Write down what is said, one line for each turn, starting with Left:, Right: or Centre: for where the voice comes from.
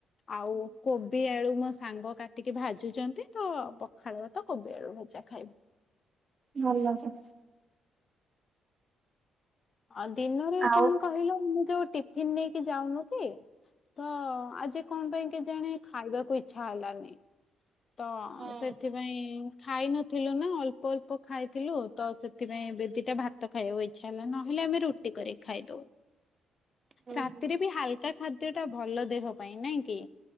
Left: ଆଉ କୋବି ଆଳୁ ମୋ ସାଙ୍ଗ କାଟିକି ଭାଜୁଚନ୍ତି। ତ ପଖାଳ ଭାତ କୋବି ଆଳୁ ଭଜା ଖାଇ
Right: ଭଲ ତ
Left: ଅଁ ଦିନରେ
Right: ଆଉ
Left: କଣ କହିଲ ମୁଁ ଯୋଉ ଟିଫିନ ନେଇକି ଯାଉନୁ କି ତ ଆଜି କଣ ପାଇଁ କେଜାଣି ଖାଇବାକୁ ଇଚ୍ଛା ହେଲାନି। ତ
Right: ହଁ
Left: ସେଥି ପାଇଁ ଖାଇ ନଥିଲୁ ନା ଅଳ୍ପ ଅଳ୍ପ ଖାଇଥିଲୁ ତ ସେଥିପାଇଁ ଦି ଦିଟା ଭା ତ ଖାଇବାକୁ ଇଚ୍ଛା ହେଲା ନହେଲେ ଆମେ ରୁଟି କରିକି ଖାଇଦଉ।
Right: ହୁଁ
Left: ରାତିରେ
Right: ହୁଁ
Left: ବି ହାଲକା ଖାଦ୍ୟ ଟା ଭଲ ଦେହ ପାଇଁ ନାଇଁ କି?